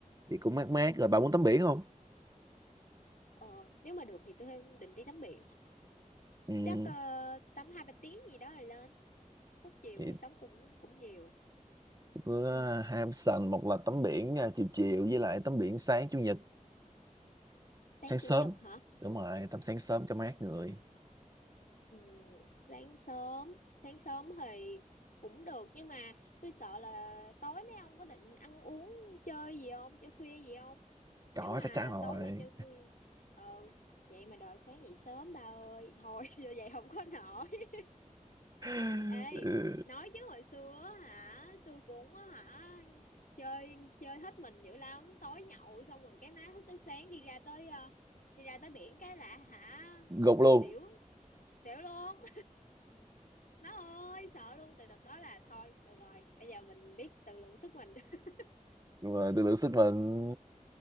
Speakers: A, on the right; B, on the left.
A: thì cũng mát mát rồi bà muốn tắm biển không
B: ờ, nếu mà được thì tôi định đi tắm biển
A: ừ.
B: chắc ờ, tắm hai ba tiếng gì đó rồi lên phút chiều
A: thì
B: rồi sống cũng cũng nhiều
A: có
B: ừ.
A: ham sành một là tắm biển à, chiều chiều với lại tắm biển sáng chủ nhật
B: sáng
A: sáng sớm
B: chủ nhật hả
A: đúng rồi tắm sáng sớm cho mát người
B: Ừ, sáng sớm sáng sớm thì cũng được nhưng mà tôi sợ là tối mấy ông có định ăn uống chơi gì không chơi khuya gì không
A: có
B: nếu mà
A: chắc chắn rồi
B: tối mà chơi khuya ờ vậy mà đòi sáng dậy sớm ba ơi thôi <laughs> giờ vậy không có nổi <laughs>
A: <laughs>
B: ê
A: Ừ,
B: nói chứ hồi xưa á hả tôi cũng á hả chơi chơi hết mình dữ lắm tối nhậu xong rồi cái má thức tới sáng đi ra tới ờ, đi ra tới biển cái lạ hả
A: gục luôn
B: xỉu xỉu luôn má ơi sợ luôn từ đợt đó là thôi được rồi bây giờ mình biết tự lượng sức mình <laughs>
A: mà tôi lượng sức mình